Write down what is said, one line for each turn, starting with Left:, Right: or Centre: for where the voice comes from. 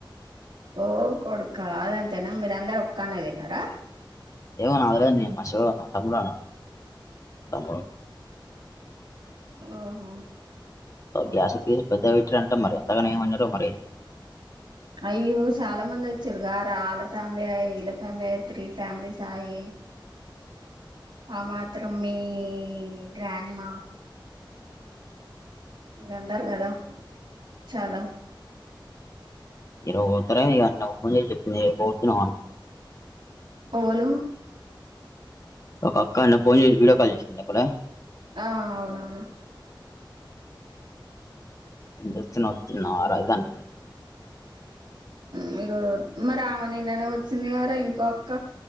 Right: ఓ కొడుకదంతేనా మీర అందరు ఒక్కనే తిన్నారా
Left: ఏవనా అలామ్మా శివ తమ్మా త
Right: ఓహో
Left: గ్యాస్ గీసు పెద్దవి పెట్టారంటే మరి ఎంతకన ఏమన్నారో మరి
Right: అయ్యో చాలా మంది వచ్చారు గ వాళ్ళ ఫ్యామిలీ అ వీళ్ళ ఫ్యామిలీ అయ త్రీ ఫ్యామిలీస్ ఆయి ఆ మాత్రం మీ గ్రాండ్మా ఇందారు కద చాలా
Left: ఇరవతర ఇన్న ఒకంద చెప్పిందితున్నాంటుంది
Right: ఓలు
Left: ఒక అక్క అన్న ఫోన్ చేసి వీడియో కాల్ చేసిందిక్కడ
Right: ఆ అవునవును
Left: ఎచ్చినొతున్నా వర ఇదాంటే
Right: మీరు మరి ఆమె నిన్ననే వచ్చింది కారా ఇంకొ అక్క